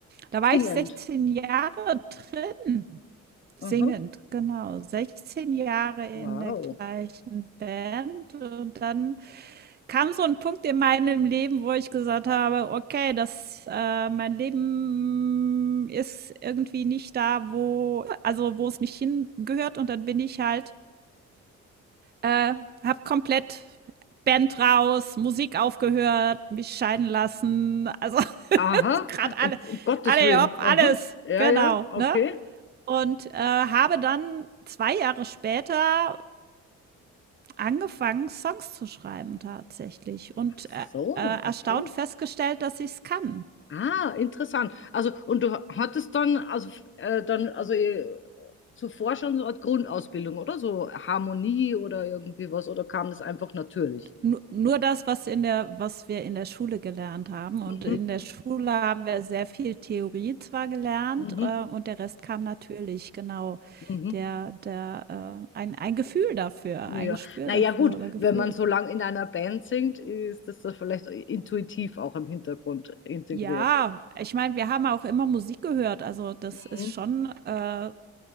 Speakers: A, on the right; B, on the left.
A: da
B: singend.
A: war ich 16 Jahre drin, singend,
B: Aha,
A: genau. 16 Jahre in
B: wow.
A: der gleichen Band und dann kam so ein Punkt in meinem Leben, wo ich gesagt habe: „Okay, das äh, mein Leben ist irgendwie nicht da, wo also, wo es mich hingehört.“ Und dann bin ich halt äh, habe komplett Band raus, Musik aufgehört, mich scheiden lassen. Also <laughs>
B: Aha,
A: gerade alle,
B: um, um Gottes
A: alle,
B: Willen.
A: hopp, alles.
B: Aha, ja,
A: Genau,
B: ja, okay.
A: ne? Und äh, habe dann zwei Jahre später angefangen, Songs zu schreiben tatsächlich. Und
B: Ach so,
A: äh, äh,
B: okay.
A: erstaunt festgestellt, dass ich es kann.
B: Ah, interessant. Also, und du hattest dann, also, äh, dann, also, äh, zuvor schon so eine Art Grundausbildung, oder? So Harmonie oder irgendwie was, oder kam das einfach natürlich?
A: Nur, nur das, was in der was wir in der Schule gelernt haben. Und
B: Mhm,
A: in der Schule haben wir sehr viel Theorie zwar gelernt,
B: mhm,
A: äh, und der Rest kam natürlich, genau.
B: mhm.
A: Der, der, äh, ein, ein Gefühl dafür,
B: Ja,
A: ein Gespür
B: naja,
A: dafür
B: gut,
A: oder Gefühl
B: wenn man
A: dafür.
B: so lang in einer Band singt, ist das dann vielleicht intuitiv auch im Hintergrund integriert.
A: Ja, ich meine, wir haben auch immer Musik gehört. Also das
B: Mhm.
A: ist schon, äh,